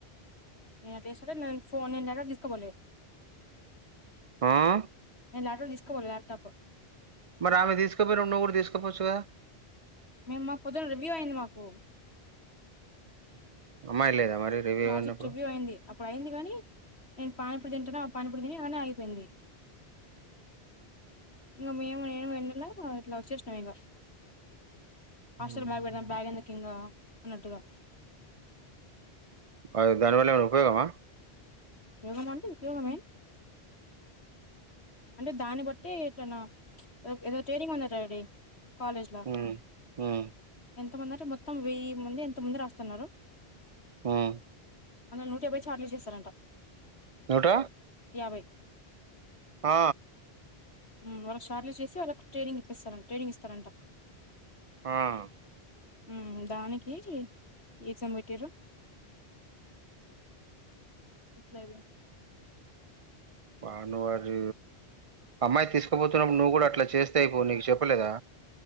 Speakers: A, on the left; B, on the right.
A: నేను అట్ల చేస్తాను నేను ఫోన్ నను డై తీసుకోపోలేదు
B: మ్మ్
A: నే ల్యాప్టాప్ తీసుకపోను ల్యాప్టాప్
B: మరి ఆమె తీసుకుపోయిరు నువ్వు కూడా తీసుకోపోవచ్చు కదా
A: మేము మా పొద్దున్న రివ్యూ అయింది మాకు
B: అమ్మాయి లేదా మరి రివ్యూ
A: ప్రాజెక్ట్
B: అయినప్పుడు
A: రివ్యూ అయింది ప్పుడు అయింది కాని నేను పానీపూరి తింటున్నాను ఆ పానీపూరి తిని అనే ఆగిపోయింది ఇంగ మేము నేను వెన్నెల ఇట్లా వచ్చేసినం ఇంగ హాస్టల్
B: ఉమ్.
A: బ్యాగ్ పెడదాం బ్యాగ్ ఎందుకు కింద అన్నటుగా
B: అ దానివల్ల ఏమన్న ఉపయోగమా
A: యోగమ అంటే ఉపయోగమే అంటే దాన్ని బట్టి ఏనా ఏదో ట్రేనింగ్ ఉందట డాడీ కాలేజ్ లో
B: ఉమ్, ఉమ్,
A: ఎంతమంది అంటే మొత్తం వెయ్యి మంది ఎంత మంది రాస్తన్నారు
B: ఉమ్.
A: అందులో నూట యాభై చార్ట్లు యూస్ చేస్తారంట
B: ఏమంట
A: యాభై
B: ఆ
A: మ్మ్ వర షార్ట్లిస్ట్ చేసి వాళ్ళకి ట్రైనింగ్ ఇప్పిస్తార్ ట్రైనింగ్ ఇస్తారంట
B: మ్మ్
A: మ్మ్ దానికి ఎగ్జామ్ పెట్టిర్రు ఇట్లా
B: బ నువ్ వరి అమ్మాయి తీసుకోపోతున్నప్పుడు నువ్వు కూడా అట్లా చేస్తేయి పో నీకు చెప్పలేదా